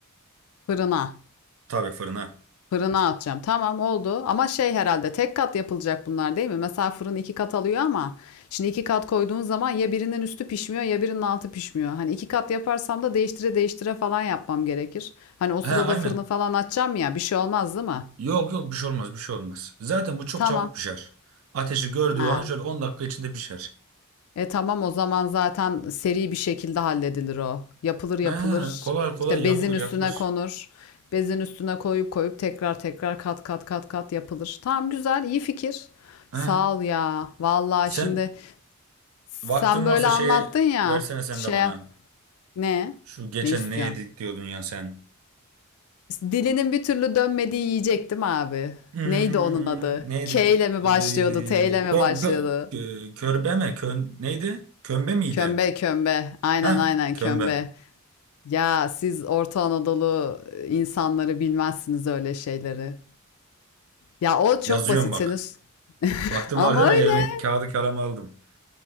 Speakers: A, on the left; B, on the right.
A: Fırına.
B: Tabii fırına.
A: Fırına atacağım. Tamam oldu. Ama şey herhalde tek kat yapılacak bunlar değil mi? Mesela fırın iki kat alıyor ama şimdi iki kat koyduğun zaman ya birinin üstü pişmiyor ya birinin altı pişmiyor. Hani iki kat yaparsam da değiştire değiştire falan yapmam gerekir. Hani o sırada
B: He aynen.
A: fırını falan açacağım ya bir şey olmaz değil mi?
B: Yok yok bir şey olmaz bir şey olmaz. Zaten bu çok
A: Tamam.
B: çabuk pişer. Ateşi gördüğü
A: Ha.
B: an şöyle 10 dakika içinde pişer.
A: E tamam o zaman zaten seri bir şekilde halledilir o. Yapılır yapılır
B: He, kolay kolay
A: işte
B: yapılır
A: bezin üstüne
B: yapılır.
A: konur. Bezin üstüne koyup koyup tekrar tekrar kat kat kat kat yapılır. Tamam güzel iyi fikir.
B: He,
A: Sağ ol ya. Vallahi
B: sen
A: şimdi sen
B: vaktin
A: böyle
B: varsa
A: anlattın
B: şeye
A: ya
B: versene sen
A: şey
B: de bana.
A: ne?
B: Şu geçen
A: Ne istiyorsun?
B: ne yedik diyordun ya sen.
A: Dilinin bir türlü dönmediği yiyecektim abi?
B: Hmm,
A: Neydi onun adı?
B: neydi?
A: K ile mi
B: Ee,
A: başlıyordu? T ile
B: gö,
A: mi başlıyordu?
B: gö, gö- körbe mi? Kön, neydi? Kömbe miydi?
A: Kömbe kömbe. Aynen
B: Heh,
A: aynen
B: kömbe.
A: kömbe. Ya siz Orta Anadolu e, insanları bilmezsiniz öyle şeyleri. Ya o çok
B: Yazıyorum
A: basit
B: bak.
A: senin s- <laughs>
B: Baktın
A: ama
B: var değil mi?
A: öyle.
B: Elime kağıdı kalemi aldım.